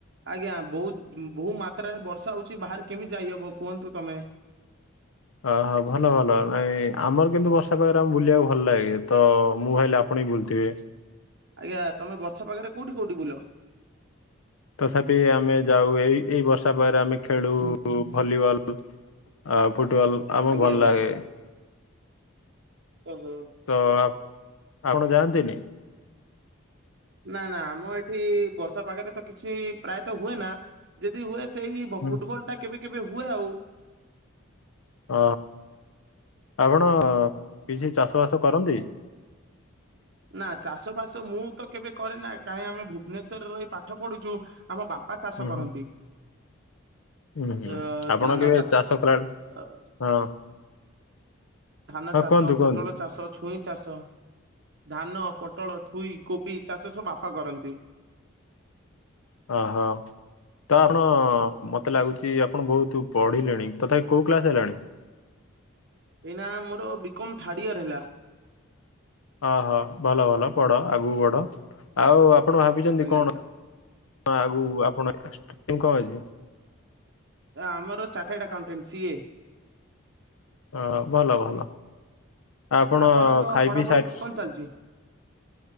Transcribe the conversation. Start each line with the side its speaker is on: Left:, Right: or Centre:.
Right: ଆଜ୍ଞା ବହୁତ ବହୁ ମାତ୍ରାରେ ବର୍ଷା ହଉ ଛି ବାହାରେ କେମିତି ଯାଇହବ କୁହନ୍ତୁ ତମେ?
Left: ଓହୋ ଭଲ ଭଲ ନାଇଁ ଆମର କିନ୍ତୁ ବର୍ଷା ପାଗରେ ଆମ ବୁଲିବାକୁ ଭଲ ଲାଗେ ତ ମୁଁ ଭାବିଲି ଆପଣ ନାଇ ବୁଲୁଥିବେ।
Right: ଆଜ୍ଞା ତମେ ବର୍ଷା ପାଖରେ କୋଉଠି କୋଉଠି ବୁଲ?
Left: ତଥାପି ଆମେ ଯାଉ ଏଇ ଏଇ ବର୍ଷା ପାଗରେ ଆମେ ଖେଳୁ ଭଲିବଲ ଆ ଫୁଟବଲ ଆମକୁ
Right: ଆଜ୍ଞା
Left: ଭଲ
Right: ଆଜ୍ଞା
Left: ଲାଗେ।
Right: ଓହୋ।
Left: ତ ଆ- ଆପଣ ଯାଆନ୍ତିନି?
Right: ନା ନା ଆମ ଏ ଏଠି ବର୍ଷା ପାଗରେ ତ କିଛି ପ୍ରାୟତଃ ହୁଏ ନା ଯଦି ହୁଏ ସେଇ
Left: ହୁଁ।
Right: ଫୁଟବଲ ଟା କେବେ କେବେ ହୁଏ ଆଉ।
Left: ହ ହ। ଆପଣ କିଛି ଚାଷବାସ କରନ୍ତି?
Right: ନା ଚାଷ ବାସ ମୁଁ ତ କେବେ କରେ ନା କାହିଁ ଆମେ ଭୁବନେଶ୍ଵରରେ ରହି ପାଠ ପଢୁଛୁ ଆମ ବାପା ବା ଚାଷ
Left: ହୁଁ
Right: କରନ୍ତି?
Left: ହୁଁ ହୁଁ ହୁଁ
Right: ଅ
Left: ଆପଣ
Right: ଧାନ
Left: କେବେ ଚାଷ କଲାବେଳେ
Right: ଅ,
Left: ହଁ
Right: ଧାନ
Left: ହଁ
Right: ଚାଷ
Left: କୁହନ୍ତୁ
Right: ପୋଟଳ
Left: କୁହନ୍ତୁ
Right: ଚାଷ ଛୁଇଁ ଚାଷ ଧାନ ପୋଟଳ ଛୁଇ କୋବି ଚାଷ ସବୁ ବାପା କରନ୍ତି।
Left: ଓହୋ। ତ ଆପଣ ମତେ ଲାଗୁଛି ଆପଣ ବହୁତ ପଢିଲେଣି ତଥାପି କୋଉ କ୍ଲାସ ହେଲାଣି?
Right: ଏଇନା ମୋର ବିକମ ଥାର୍ଡ ଇୟର ହେଲା।
Left: ଓ ହୋ ଭଲ ଭଲ ପଢ ଆଗକୁ ପଢ। ଆଉ ଆପଣ ଭାବିଛନ୍ତି
Right: ଆଜ୍ଞା
Left: କଣ?
Right: ଆଜ୍ଞା
Left: ହଁ ଆଗୁ ଆପଣ କଣ ଅଛି?
Right: ଆମର ଚାଟାର୍ଡ ଆକାଉଣ୍ଟାଣ୍ଟ ସିଏ।
Left: ହ ଭଲ ଭଲ ଆପଣ
Right: ଆପଣଙ୍କ
Left: ଖାଇ
Right: ପଢାପଢି
Left: ପିଇ ସାରି
Right: କଣ ଚାଲିଛି?